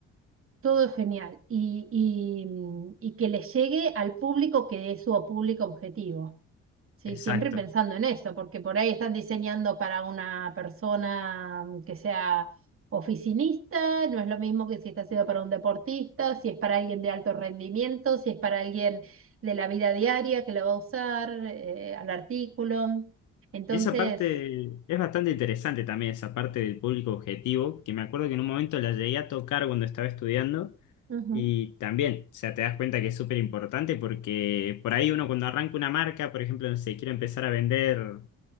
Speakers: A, on the right; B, on the left.
A: todo genial y, y, y que le llegue al público que es su público objetivo. Sí,
B: Exacto.
A: siempre pensando en eso, porque por ahí están diseñando para una persona mm, que sea oficinista, no es lo mismo que si está siendo para un deportista, si es para alguien de alto rendimiento, si es para alguien de la vida diaria que lo va a usar, eh, al artículo. Entonces,
B: Y esa parte es bastante interesante también, esa parte del público objetivo, que me acuerdo que en un momento la llegué a tocar cuando estaba estudiando
A: ujú,
B: Y
A: ujú,
B: también, o sea, te das cuenta que es súper importante porque por ahí uno cuando arranca una marca, por ejemplo, no sé, quiere empezar a vender,